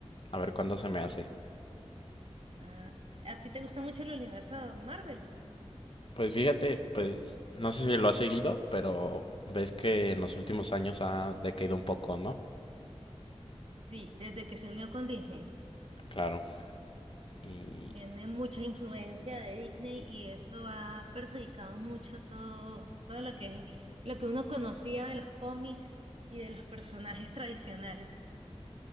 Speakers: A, on the left; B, on the right.
A: a ver cuándo se me hace.
B: Ah, ¿a ti te gusta mucho el universo Marvel?
A: Pues fíjate, pues no sé si lo has seguido, pero ves que en los últimos años ha decaído un poco, ¿no?
B: Sí, desde que se unió con Disney.
A: Claro. Y
B: Tiene mucha influencia de Disney y eso ha perjudicado mucho todo, todo lo que es, lo que uno conocía de los cómics y de los personajes tradicionales.